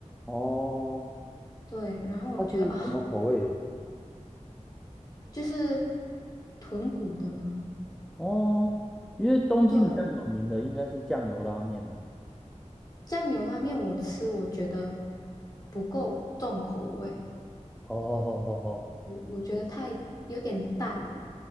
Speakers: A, in the centre; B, on the left.
A: 哦，
B: 对，然后我觉得啊。
A: 它是什么口味的？
B: 就是豚骨的吗？
A: 哦，因为东京比较有名的应该是酱油拉面呢、
B: 对，酱油拉面我吃，我觉得不够重口味，
A: 哦哦哦哦，哦
B: 我觉得太有点淡，